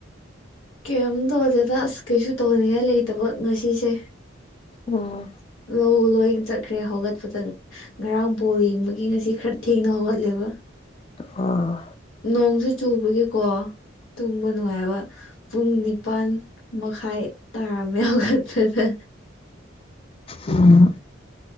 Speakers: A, on the left (about 90°); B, on the left (about 30°).
A: ꯀꯩꯝ ꯇꯧꯗꯦꯗ ꯑꯁ ꯀꯩꯁꯨ ꯇꯧꯅꯤꯡꯉꯥꯏ ꯂꯩꯇꯕ ꯉꯁꯤꯁꯦ
B: ꯎꯝ
A: ꯂꯧ ꯂꯣꯏꯅ ꯆꯠꯈ꯭ꯔꯦ ꯍꯧꯒꯠꯄꯗ ꯉꯔꯥꯡ ꯕꯣꯜ ꯌꯦꯡꯕꯒꯤ ꯉꯁꯤ ꯈꯔ ꯊꯦꯡꯅ ꯍꯧꯒꯠꯂꯦꯕ
B: ꯑꯣ
A: ꯅꯣꯡꯁꯨ ꯆꯨꯕꯒꯤꯀꯣ ꯇꯨꯝꯕ ꯅꯨꯡꯉꯥꯏꯕ ꯄꯨꯡ ꯅꯤꯄꯥꯟ ꯃꯈꯥꯏ ꯇꯥꯔꯝꯃꯦ ꯍꯧꯒꯠꯄꯗ
B: ꯎꯗ